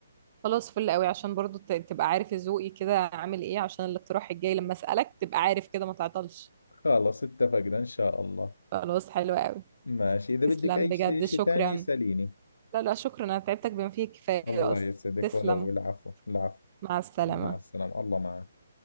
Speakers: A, on the right; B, on the left.
A: خلاص فل قوي عشان برضو ت- تبقى عارف ذوقي كده عامل ايه عشان الاقتراح الجاي لما اسالك تبقى عارف كده ما تعطلش
B: خلص اتفقنا إن شاء الله
A: خلاص حلو قوي
B: ماشي إذا بدك
A: تسلم
B: أي
A: بجد
B: شيء شيء
A: شكرا
B: ثاني اسأليني
A: لا لا شكرا انا تعبتك بما فيه الكفايه
B: الله
A: اصلا
B: يسعدك
A: تسلم
B: ولو العفو العفو
A: مع السلامه
B: مع السلامة الله معك